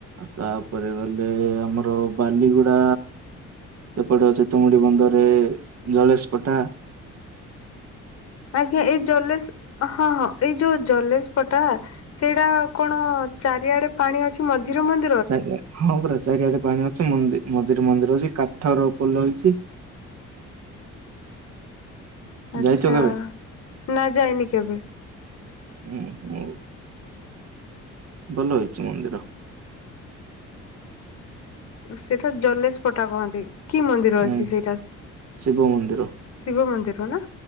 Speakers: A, on the right; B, on the left.
A: ତାପରେ ଗଲେ ଆମର ବାଲିଗୁଡା ସେପଟେ ହଉଛି ତୁମୁଡି ବନ୍ଦରରେ ଜଳେଶ ପଠା
B: ଆଜ୍ଞା ଏଇ ଜଲେଶ ହଁ ହଁ ଏଇ ଯୋଉ ଜଲେଶ ପଟା ସେଇଟା କଣ ଚାରିଆଡେ ପାଣି ଅଛି ମଝିରେ ମଝିରେ
A: ଚାରିଆ ହଁ ପୁରା ଚାରିଆଡେ ପାଣି ଅଛି ମି ମନ୍ଦିରେ ମନ୍ଦିର ଅଛି କାଠର ପୋଲ ଅଛି
B: ଆଛା
A: ଯାଇଛ କେବେ?
B: ନା ଯାଇନି କେବେ
A: ହୁଁ ହୁ ଭଲ ହେଇଛି ମନ୍ଦିର
B: ସେଇଟା ଜଲେଶପଟା କହନ୍ତି କି ମନ୍ଦିର
A: ହୁଁ
B: ଅଛି ସେଇଟା
A: ଶିବ ମନ୍ଦିର
B: ଶିବ ମନ୍ଦିର ନା